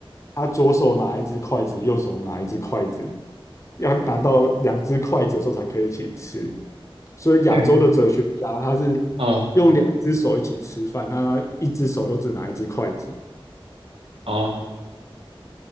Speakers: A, on the left; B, on the right.
A: 他左手拿一只筷子，右手拿一只筷子，要拿到两只筷子的时候才可以一起吃。所以亚洲的哲学家，
B: <laughs>
A: 他是
B: 哦
A: 用两只手一起吃饭，那他一只手都只拿一只筷子。
B: 哦，